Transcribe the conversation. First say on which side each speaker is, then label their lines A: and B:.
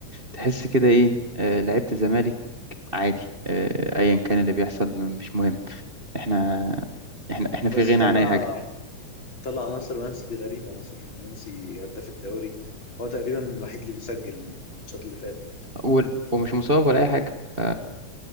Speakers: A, on the right; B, on the left.
A: تحس كده ايه أه، لعيبه الزمالك عادي أه، ايا كان اللي بيحصل مش مهم احنا احنا احنا في
B: بس
A: غنى
B: طلع
A: عن اي حاجه
B: طلع ناصر منسي دي غريبة ناصر منسي هداف الدوري هو تقريبا الوحيد اللي بيسجل الماتشات اللي فاتت
A: و- ومش مصاب ولا اي حاجه ف